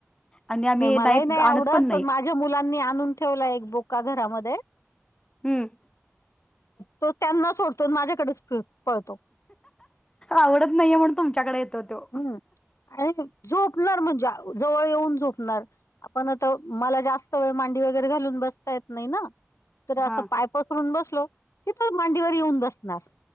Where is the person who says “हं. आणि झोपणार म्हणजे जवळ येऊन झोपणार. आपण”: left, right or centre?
Left